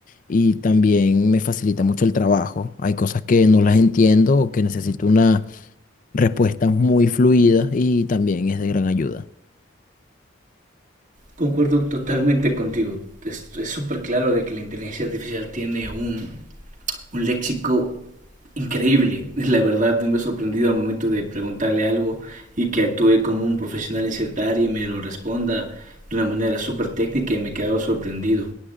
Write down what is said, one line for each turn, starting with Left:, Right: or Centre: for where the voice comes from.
Left: y también me facilita mucho el trabajo. Hay cosas que no las entiendo o que necesito una respuesta muy fluida y también es de gran ayuda.
Right: Concuerdo totalmente contigo. Es súper claro de que la inteligencia artificial tiene un, un léxico increíble. <laughs> La verdad, me he sorprendido al momento de preguntarle algo y que actúe como un profesional en cierta área y me lo responda de una manera súper técnica y me he quedado sorprendido.